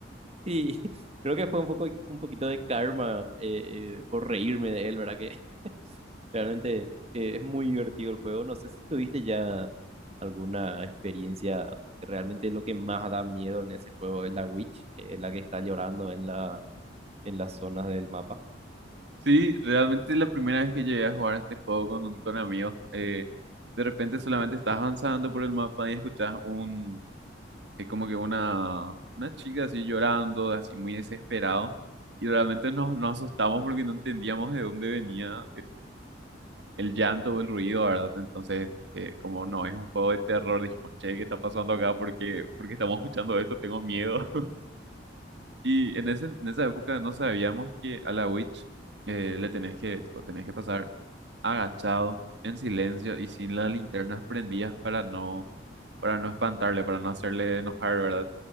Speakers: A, on the right; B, on the right.
A: Sí, <laughs> creo que fue un poco, un poquito de karma eh, eh, por reírme de él, ¿verdad? Que <laughs> realmente eh, es muy divertido el juego. No sé si tuviste ya alguna experiencia. que Realmente lo que más da miedo en ese juego es la Witch, eh, la que está llorando en la, en las zonas del mapa.
B: Sí, realmente la primera vez que llegué a jugar este juego con, un- con amigos, eh, de repente solamente estás avanzando por el mapa y escuchas un, es como que una, una chica así llorando, así muy desesperado, y realmente nos, nos asustamos porque no entendíamos de dónde venía el llanto o el ruido, ¿verdad? Entonces, eh, como no es un juego de terror, dijimos, che, ¿qué está pasando acá? Porque, porque estamos escuchando esto, tengo miedo. <laughs> Y en ese, en esa época no sabíamos que a la Witch eh, le tenés que, tipo, tenés que pasar agachado, en silencio y sin las linternas prendidas para no, para no espantarle, para no hacerle enojar, ¿verdad?